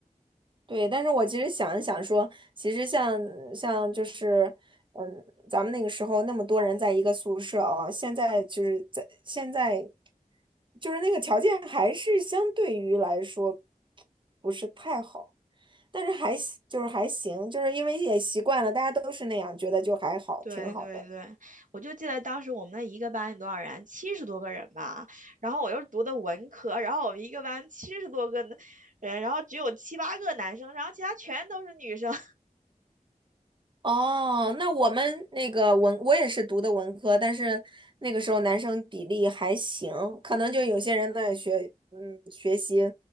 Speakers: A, on the right; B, on the right.
A: 对，但是我其实想一想说，其实像像就是，嗯，咱们那个时候那么多人在一个宿舍啊，现在就是在现在，就是那个条件还是相对于来说不是太好，但是还行就是还行，就是因为也习惯了，大家都是那样，觉得就还好，
B: 对对对，
A: 挺好的。
B: 我就记得当时我们那一个班有多少人，七十多个人吧。然后我又读的文科，然后我们一个班七十多个人，然后只有七八个男生，然后其他全都是女生。
A: 哦，那我们那个文，我也是读的文科，但是那个时候男生比例还行，可能就有些人在学，嗯，学习